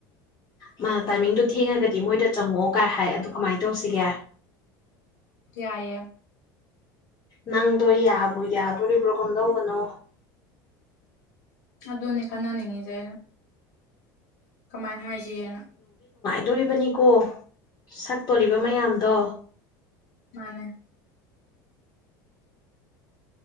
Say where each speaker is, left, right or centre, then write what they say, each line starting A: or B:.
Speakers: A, on the left; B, on the left.
A: ꯃꯥꯅ ꯇꯥꯏꯃꯤꯡꯗꯨ ꯊꯦꯡꯉꯒꯗꯤ ꯃꯣꯏꯗ ꯆꯪꯉꯛꯑꯣ ꯀꯥꯏ ꯍꯥꯏ ꯑꯗꯨ ꯀꯃꯥꯏꯅ ꯇꯧꯁꯤꯒꯦ
B: ꯀꯏꯌꯦꯦ
A: ꯅꯪꯗꯣ ꯌꯥꯕꯨ ꯌꯥꯗꯣꯔꯤꯕ꯭ꯔꯣ ꯀꯝꯗꯧ ꯀꯅꯣ
B: ꯑꯗꯨꯅꯤ ꯈꯟꯅꯅꯤꯡꯉꯤꯁꯦ ꯑꯩꯅ ꯀꯃꯥꯏꯅ ꯍꯥꯏꯖꯒꯦꯅ
A: ꯗꯣꯔꯤꯕꯅꯤ ꯀꯧꯕ ꯁꯛꯇꯣꯔꯤꯕ ꯃꯌꯥꯝꯗꯣ
B: ꯃꯥꯅꯦ